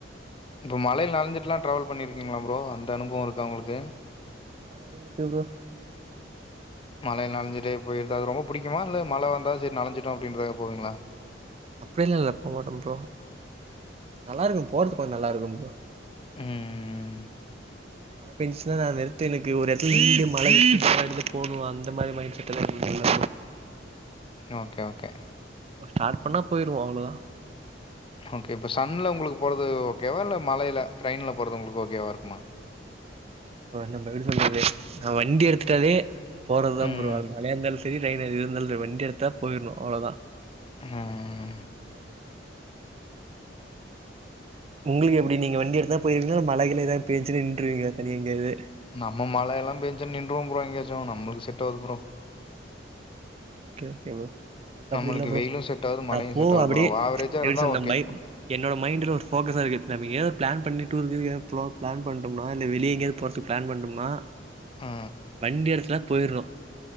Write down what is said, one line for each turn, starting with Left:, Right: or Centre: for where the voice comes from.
Left: இப்போ மலையில நடந்துட்டுலா ட்ராவல் பண்ணிருக்கீங்களா ப்ரோ அந்த அனுபவம் இருக்கா உங்கள்க்கு
Right: அதெல்லா நெறையா இருக்கு ப்ரோ
Left: மழைல நன்ஞ்சிட்டே போயிருது அது ரொம்ப பிடிக்குமா
Right: ம்.
Left: இல்ல மழ வந்தா சரி நனஞ்சிட்டு அப்டின்றதனால போவீங்களா
Right: அப்படில்லால்ல போமாட்டே ப்ரோ நல்லா இருக்கு போறதுக்கு கொஞ்சோ நல்லா இருக்கு ப்ரோ
Left: ம்
Right: மன பின்ஸுல நா நிறுத்தி இருக்கு ஒரு எட்த்துல <inaudible> ஈடு மலை <unintelligible> எடத்து போனு அந்த மாரி மைண்ட் செட் எல்லா <unintelligible>
Left: ஓகே ஓகே
Right: ஒ ஸ்டாட் பண்ணா போய்ர்வோ அவ்ளதா
Left: ஓகே இப்ப சன்ல உங்களுக் போறது ஓகேவா இல்ல மலைய்ல ட்ரெயின்ல போறது உங்களுக்கு ஓகேவா இருக்குமா
Right: ப்ரோ என்ன ப்ரோ எப்டி சொல்றது நா வண்டி எடுத்துட்டாலே போறதுதா
Left: ம்
Right: ப்ரோ அது மழையாந்தாலு ஸ் திரி ட்ரைனு அது இருந்தால்ஸோ வண்டி எடுத்தா போய்ர்ணு அவ்ளதா
Left: ம்
Right: எமா தம்ரு உங்குள்க்கு எப்டி நீங்க வண்டி எடுத்தா போய்ர்வீங்ளா இல மலைல எதா பேஞ்சுது நின்றுவீங்லா தனியா எங்யாது
Left: நம்ம மழ எல்லா பெஞ்ச நின்றுவோம் ப்ரோ எங்கயாச்சு நம்ளுக்கு செட்டாவ்து ப்ரோ
Right: ஓகேகே போ நமக்கு
Left: நம்மளுக்கு
Right: அப்டி இல்ல ப்ரோ
Left: வெயிலு செட் ஆவாது மழையு
Right: நா போவ
Left: செட் ஆவாது
Right: அப்டி
Left: ப்ரோ ஆவரேஜா
Right: எப்டி
Left: இருந்தா
Right: சொன்னம்
Left: ஓகே
Right: பை என்னோட மைண்டுல ஒரு ஃபோக்கஸா இக்குத் நம்ம ஏஓ ப்ளான் பண்ணி டூரு கீறு ஏழ் ப்லோ ப்ளான் பண்றோம்னா இல்ல வெளி எங்யாவ் போற்ஸுக் ப்ளான் பண்டும்னா
Left: ஆ
Right: வண்டி எடத்துல பொய்றோ